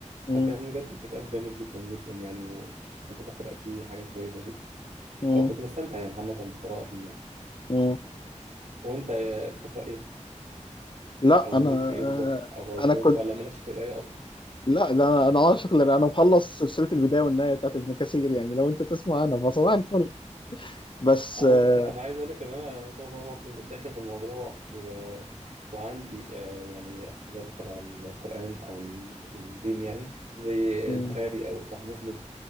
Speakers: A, on the left; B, on the right.
A: مم.
B: فكان بجد كتاب جميل جدا جدا يعني وكنت بقرأ فيه حاجات كويسة جدا
A: مم.
B: أو كنت بستمتع يعني عامة بالقراءة فيه يعني
A: مم.
B: وأنت بتقرأ إيه؟
A: لا
B: أو
A: انا
B: ليك في إيه
A: آه،
B: بالظبط؟ أو عايز-
A: انا
B: ولا
A: كنت
B: مالكش في القراية أصلا؟
A: لا ده انا أنا عاشق لأ، انا مخلص سلسله البدايه والنهايه بتاعت ابن كثير يعني لو انت تسمع انا فصباح الفل بس
B: أنا
A: آه،
B: مش... أنا عايز أقول لك إن أنا ما شاء الله برضه داخل في الموضوع و... وعندي آه، يعني حاجات تبع القرآن أو الدين يعني زي
A: مم.
B: البخاري أو صحيح مسلم